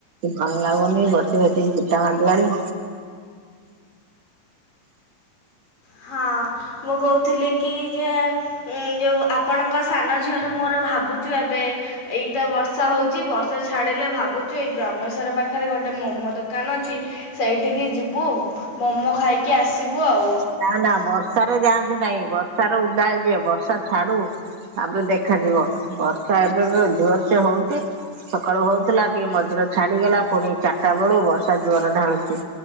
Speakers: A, on the right; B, on the left.
A: ଭଲ ଲାଗୁନି ବସି ବସିକି ଚିଡା ମାଡିଲାଣି।
B: ହଁ ମୁଁ କହୁଥିଲି? କି ଯେ ଯେଉଁ ଆପଣଙ୍କ ସାନ ଝିଅର ମୋର ଭାବୁଛିୁ ଏବେ। ଏଇଟା ବର୍ଷା ହୋଉଛି ବର୍ଷା ଛାଡିଲେ ଭାବୁଛୁ ଏଇ ଭ୍ରମେଶ୍ୱର୍ ପାଖରେ ଗୋଟେ ମୋମୋ ଦୋକାନ ଅଛି ସେଇଠିକି ଯିବୁ ମୋମୋ ଖାଇକି ଆସିବୁ ଆଉ।
A: ନା, ନା ବର୍ଷାରେ ଯାଆନ୍ତୁ ନାହିଁ ବର୍ଷାରେ ଉଦା ହେଇଯିବେ ବର୍ଷା ଛାଡୁ। ତାପରେ ଦେଖାଯିବ ବର୍ଷା ଏବେ ଜୋର ସେ ହଉଛି। ସକାଳୁ ହଉଥିଲା ଟିକେ ମଝିରେ ଛାଡିଗଲା। ପୁଣି ଚାରିଟା ବେଳୁ ବର୍ଷା ଜୋରେ ଢାଳୁଛି।